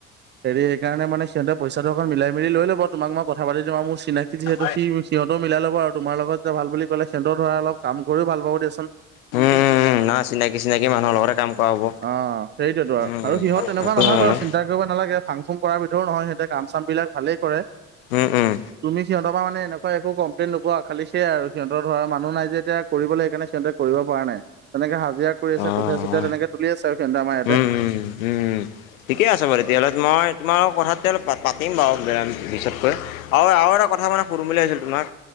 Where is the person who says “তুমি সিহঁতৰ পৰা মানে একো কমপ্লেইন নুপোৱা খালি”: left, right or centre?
Right